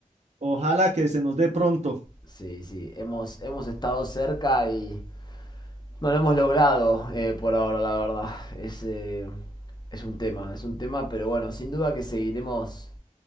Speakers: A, on the right; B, on the left.
A: ojalá que se nos dé pronto.
B: Sí, sí. Hemos, hemos estado cerca y, No lo hemos logrado eh, por ahora, la verdad. Es, eh, es un tema, es un tema, pero bueno, sin duda que seguiremos